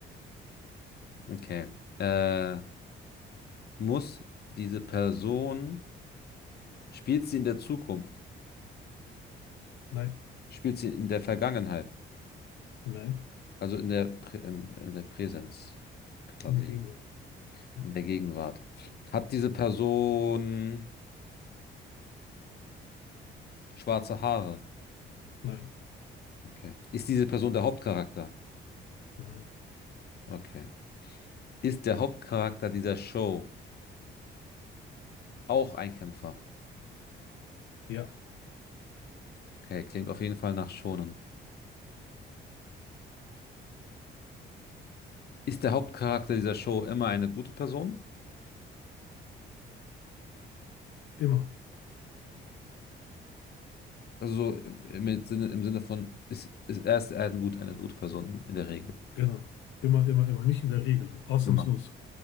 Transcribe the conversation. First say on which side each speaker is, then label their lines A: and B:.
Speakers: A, on the left; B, on the left.
A: okay. Äh, muss diese Person, spielt sie in der Zukunft?
B: Nein.
A: Spielt sie in der Vergangenheit?
B: Nein.
A: Also in der, Prä- in in der Präsenz quasi.
B: In der Gegenwart. Ja.
A: In der Gegenwart. Hat diese Person schwarze Haare?
B: Nein.
A: Okay. Ist diese Person der Hauptcharakter?
B: Nein.
A: Okay. Ist der Hauptcharakter dieser Show auch ein Kämpfer?
B: Ja.
A: Okay, klingt auf jeden Fall nach Shonen. Ist der Hauptcharakter dieser Show immer eine gute Person?
B: Immer.
A: Also im Sinne, im Sinne von, ist, ist er ist er ein gut, eine gute Person in der Regel.
B: Genau. Immer, immer, immer. Nicht in der Regel. Ausnahmslos.
A: Immer.